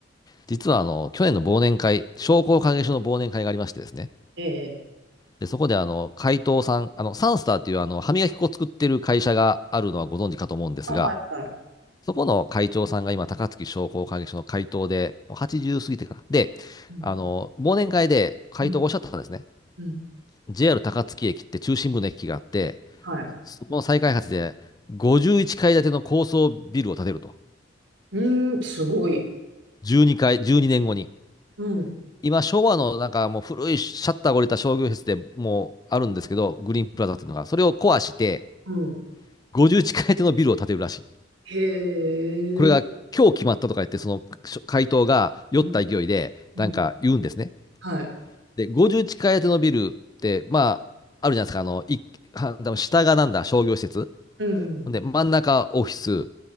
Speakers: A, on the left (about 20°); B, on the right (about 75°).
A: 実はあの、去年の忘年会、商工会議所の忘年会がありましてですね。
B: ええ。
A: で、そこであの、会頭さん、あの、サンスターっていうあの、歯磨き粉を作ってる会社があるのはご存知かと思うんですが、
B: あ、はい、はい。
A: そこの会長さんが今、高槻商工会議所の会頭で、もう80過ぎてから。で、
B: うん、
A: あの、忘年会で会頭がおっしゃったんですね。
B: うん、うん。
A: JR 高槻駅って中心部の駅があって、
B: はい。
A: そこの再開発で51階建ての高層ビルを建てると。
B: うーん、すごい。
A: 12階、12年後にねんごに。
B: うん。
A: 今、昭和のなんかもう古いシャッターが降りた商業施設でもうあるんですけど、グリーンプラザっていうのが、それを壊して、
B: うん。
A: 50地い手のビルを建てるらしい。
B: へえ。
A: これが今日決まったとか言って、その回答が酔った勢いで、
B: うん、うん。
A: なんか言うんですね。
B: はい。
A: で、50地い手のビルって、まあ、あるじゃないですか、あの、いは下がなんだ、商業施設。
B: うん。
A: で、真ん中オフィス。